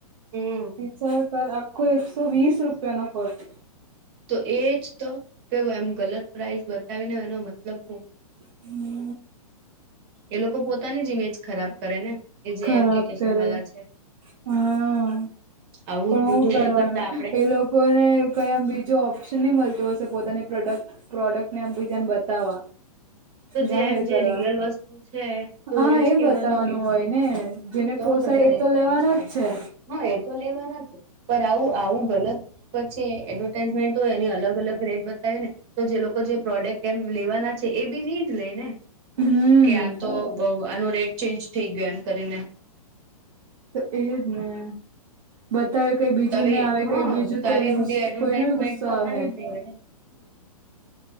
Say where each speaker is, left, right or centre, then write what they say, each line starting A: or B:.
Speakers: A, on the right; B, on the right.
A: હમ
B: શહકાર પર આપ કો એકસો વીસ રૂપિયાનો પડતો
A: તો એજ તો કે એમ ગલત પ્રાઇસ બતાવીને એનો મતલબ હું
B: હમ <inaudible>
A: એ લોકો પોતાની જ ઇમેજ ખરાબ કરે ને એ જે
B: ખરાબ
A: એપ્લિકેશન
B: કરે
A: વાલા છે.
B: હા
A: આવું
B: પણ
A: જ
B: હું
A: બધું
B: કરવાના
A: ન કરતા આપડે
B: એ લોકોને કઈ આમ બીજું ઓપ્શ નહી મળતું હશે પોતાની પ્રોડક્ટ ને આમ બીજાને બતાવવા
A: તો
B: જાહેર
A: જેમ જે
B: કરવા
A: રિયલ વસ્તુ છે તો
B: હા
A: એજ
B: એ
A: કેવાનું
B: બતાવવાનું હોય ને જેને
A: તો
B: પોસાય
A: બધાને
B: એ તો
A: ખબર
B: લેવાના
A: પડે
B: જ છે.
A: હા એ તો લેવાના છે પણ આવું આવું ગલત પછી એડવર્ટાઈઝમેન્ટ તો એની અલગ અલગ રેટ બતાવ્યું ને તો જે લોકો જે પ્રોડક્ટ એમ લેવાના છે એ બી નહી જ લઈ ને
B: હમ
A: કે આ તો આનું રેટ ચેન્જ થઇ ગયો એમ કરીને
B: તો એ જ ને બતાવે કઈ બીજુંને
A: તો આવી
B: આવે
A: હા
B: કઈ બીજું તો
A: આવી
B: એમ
A: ઊંધી
B: ગુસ
A: એડવર્ટાઈઝમેન્ટ
B: કોઈને બી ગુસ્સો
A: કરવાની
B: આવે
A: જ નહી <inaudible>